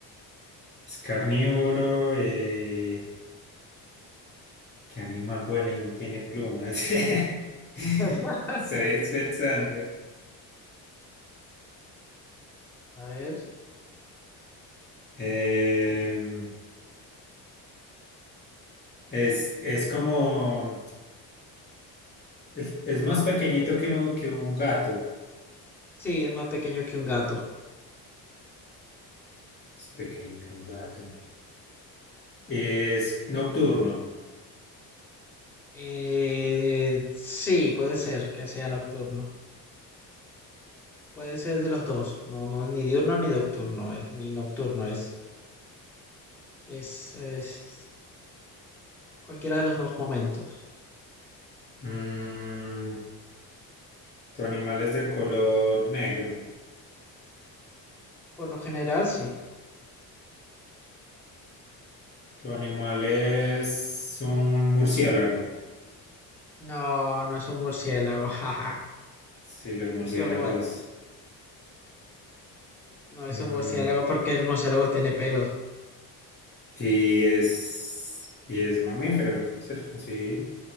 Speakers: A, on the left (about 25°); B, in the centre.
A: Es carnívoro. Eh, ¿qué animal vuela y no tiene plumas? <laughs>
B: <laughs>
A: Estoy pensando.
B: A ver,
A: Em,
B: ¿qué?
A: es, es como... Es es más pequeñito que, un- que un gato.
B: Sí, es más pequeño que un gato.
A: Es pequeño que un gato. Es nocturno.
B: Eh, sí, puede ser que sea nocturno. Puede ser de los dos, no, no, ni diurno ni nocturno, eh, ni nocturno es, es, es cualquiera de los dos momentos.
A: Mm, tu animal es de color negro.
B: Por lo general, sí.
A: Tu animal es
B: Eh,
A: un murciélago.
B: No, no es un murciélago, <laughs> jaja.
A: Sí, los murciélagos.
B: Creo que no es
A: Mm,
B: un murciélago porque el murciélago tiene pelos,
A: Y es, y es mamífero, ¿cierto? Sí,